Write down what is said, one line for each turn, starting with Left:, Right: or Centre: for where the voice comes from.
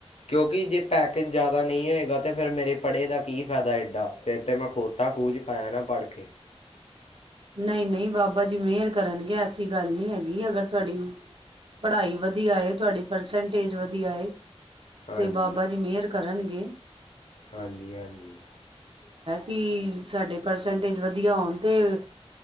Left: ਕਿਉਂਕਿ ਜੇ ਪੈਕੇਜ ਜ਼ਿਆਦਾ ਨਹੀਂ ਹੋਏਗਾ ਤੇ, ਫੇਿਰ ਮੇਰੇ ਪੜੇ ਦਾ ਕੀ ਫਾਇਦਾ ਏਡਾ, ਫਿਰ ਤੇ ਮੈਂ ਖੋਤਾ ਖੂਜ ਪਾਇਆ ਨਾ ਪੜ ਕੇ।
Right: ਨਹੀਂ- ਨਹੀਂ ਬਾਬਾ ਜੀ ਮਿਹਰ ਕਰਨਗੇ, ਐਸੀ ਗੱਲ ਨਹੀਂ ਹੈਗੀ। ਅਗਰ ਤੁਹਾਡੀ ਪੜਾਈ ਵਧੀਆਏ, ਤੁਹਾਡੀ ਪਰਸੈਂਟੇਜ ਵਧਆਏ
Left: ਹਾਂਜੀ
Right: ਤੇ ਬਾਬਾ ਜੀ ਮਿਹਰ ਕਰਨਗੇ।
Left: ਹਾਂਜੀ- ਹਾਂਜੀ।
Right: ਕੀ, ਸਾਡੇ ਪਰਸੈਂਟੇਜ ਵਧੀਆ ਹੋਣ ਤੇ-